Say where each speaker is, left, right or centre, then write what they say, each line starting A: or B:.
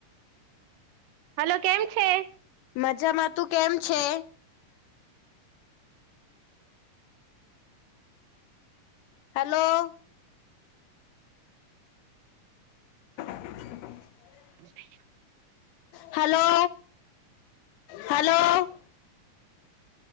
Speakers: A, on the right; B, on the left.
A: હલો કેમ છે
B: મજામાં તું કેમ છે હલો <inaudible>
A: છે
B: હલો હલો હલો